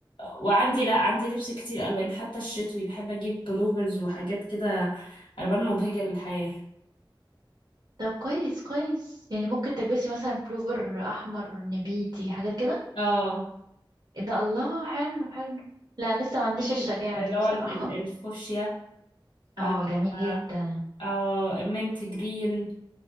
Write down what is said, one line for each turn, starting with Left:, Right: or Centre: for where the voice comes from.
Left: وعندي لا عندي لبس كتير الوان حتى الشتوي بحب اجيب بلوفرز وحاجات كده الوان مبهجه للحياه
Right: طب كويس كويس يعني ممكن تلبسي مثلا بلوفر احمر نبيتي حاجات كده
Left: اه
Right: إيه ده الله حلو حلو لا أنا لسه ما عنديش
Left: في
Right: الشجاعة
Left: اللي
Right: دي
Left: هو
Right: بصراحة
Left: ال- ال- الفوشيا
Right: <laughs> اه
Left: آه،
Right: جميل
Left: آه،
Right: جدا
Left: آه، المنت جرين